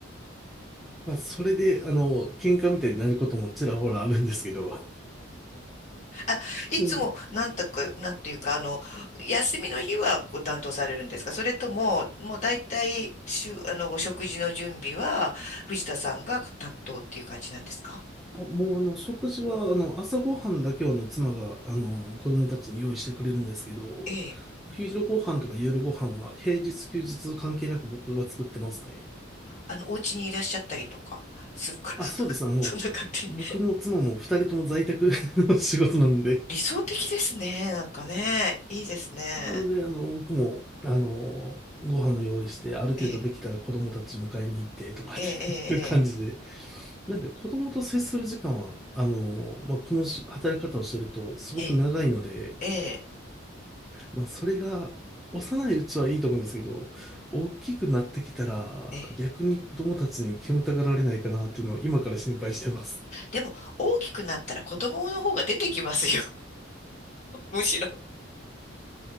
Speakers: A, in the centre; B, on the left.
A: <laughs> まあ、それで、あの、喧嘩みたいになることもちらほらあるんですけど、
B: あ、いつも、
A: うん
B: なんとか、なんていうか、あの、休みの日はご担当されるんですかそれとも、もう大体、しゅ、あの、お食事の準備は、藤田さんが担当っていう感じなんですか
A: もう、あの、食事は、あの、朝ごはんだけは、あの、妻が、あの、子供たちに用意してくれるんですけど、お
B: ええ。
A: 昼ご飯とか夜ご飯は、平日、休日関係なく僕が作ってますね。
B: あの、お家にいらっしゃったりとか、するからとか、
A: あ、そうです。あの、
B: <laughs> そんな勝手に。
A: 僕も妻も二人とも在宅の <laughs> 仕事なので、
B: 理想的ですね。なんかね、いいですね。
A: なので、あの、僕も、あの、ご飯の用意して、ある程度できたら子供たち迎えに行ってとかっていう感じで、
B: ええ、ええ、
A: なんで子供と接する時間は、あの、まあ、このし働き方をしてるとすごく長いので、
B: ええ、ええ、ええ、
A: まあ、それが幼いうちはいいと思うんですけど、大きくなってきたら逆に子供たちに煙たがられないかなっていうのを今から心配してます。
B: ええ。ええでも、大きくなったら子供の方が出てきますよ。<laughs> むしろ。